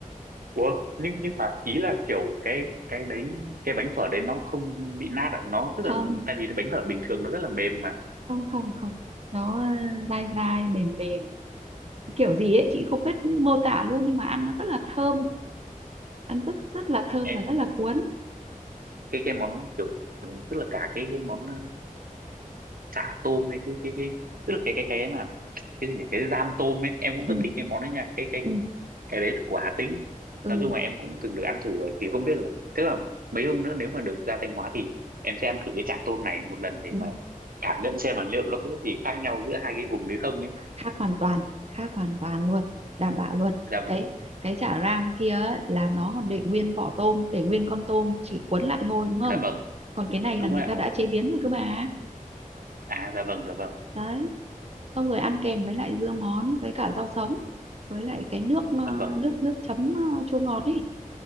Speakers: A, on the right (about 85°); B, on the right (about 45°).
A: ủa nhưng nhưng mà ý là kiểu cái cái đấy cái bánh phở đấy nó không bị nát à nó tức
B: không
A: là tại vì cái bánh phở bình thường nó rất là mềm mà
B: không không không nó à, dai dai mềm mềm kiểu gì ấy chị không biết mô tả luôn nhưng mà ăn nó rất là thơm ăn rất rất là thơm
A: em
B: và rất là cuốn
A: cái cái món kiểu ừ, tức là cả cái cái món ờ, chả tôm hay cái cái cái tức là cái cái cái mà cái gì nhỉ cái giam tôm ấy em cũng rất
B: ừ
A: thích cái món đấy nha cái cái
B: ừ
A: cái đấy là của Hà Tĩnh
B: ừ,
A: nói chung là em cũng từng được ăn thử rồi thì không biết là tức là mấy hôm nữa nếu mà được ra Thanh Hóa thì em sẽ ăn thử cái chả tôm này một lần để
B: ừ.
A: mà cảm nhận xem là liệu nó có cái gì khác nhau giữa hai cái vùng đấy không ấy
B: khác hoàn toàn khác hoàn toàn luôn đảm bảo luôn
A: dạ vâng
B: cái cái chả ram kia ấy, là nó còn để nguyên vỏ tôm để nguyên con tôm chỉ cuốn lại thôi đúng không
A: dạ vâng
B: còn cái này
A: đúng
B: là người
A: rồi ạ
B: ta đã chế biến rồi cơ bà
A: à dạ vâng dạ vâng
B: đấy xong rồi ăn kèm với lại dưa món với cả rau sống với lại cái nước ờ,
A: dạ vâng
B: nước nước chấm ờ, chua ngọt ấy